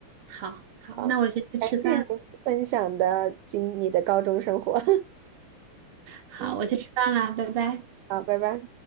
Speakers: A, on the right; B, on the right.
A: 好好，
B: 好，
A: 那我先去吃饭。
B: 感谢你分享的今你的高中生活。<laughs>
A: 好，
B: 嗯，
A: 我去吃饭啦，拜拜。
B: 好，拜拜。